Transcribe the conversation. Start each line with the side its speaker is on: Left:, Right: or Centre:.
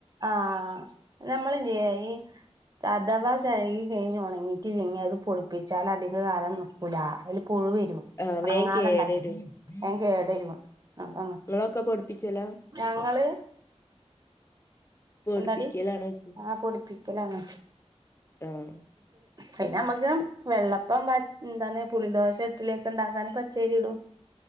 Right: ആ, നമ്മളില്ല്യെ ഈ അഥവാ കഴുകി കഴിഞ്ഞ് ഉണങ്ങീട്ടില്ലെങ്ങി അത് പൊടിപ്പിച്ചാലധിക കാലം ന് ക്കൂലാ അയില് പുഴു വരും
Left: ആഹ്
Right: ഉണങ്ങാതെണ്ടാക്കും
Left: വേഗം കേടരും
Right: വേകേടരും
Left: ഉം
Right: അതാണ്
Left: നിങ്ങളൊക്കെ പൊടിപ്പിച്ചലാ
Right: ഞങ്ങള്
Left: പൊടിപ്പിക്കലാണ്
Right: <unintelligible> എന്താടി
Left: വെച്ച്
Right: ആ പൊടിപ്പിക്കലാണ്.
Left: ആഹ്
Right: അയിനമ്മക്ക് വെള്ളപ്പം എന്താണ് പുളിദോശ, ഇട്ട്ള്യളൊക്കെണ്ടാക്കാൻ പച്ചേരി ഇടും.